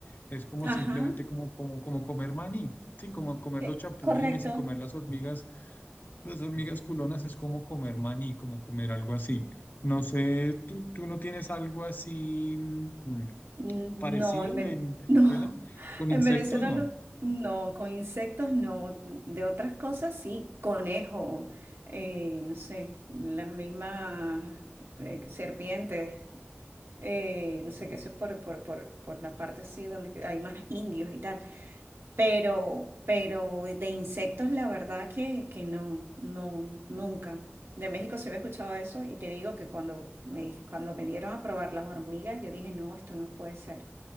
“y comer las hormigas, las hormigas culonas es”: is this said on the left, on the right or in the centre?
Left